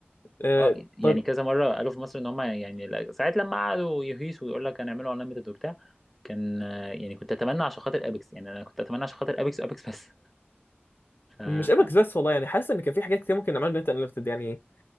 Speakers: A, on the left; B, in the centre.
A: آه،
B: اه يعني
A: طيب
B: كذا مره قالوا في مصر ان هم يعني لا- ساعات لما قعدوا يهيسوا ويقول لك هنعملوا انليمتد وبتاع كان آه، يعني كنت اتمنى عشان خاطر ابيكس يعني انا كنت اتمنى عشان خاطر ابيكس وابيكس بس ف
A: مش ابك بس والله يعني حاسس ان كان في حاجات كتير ممكن نعملها نت انليمتد يعني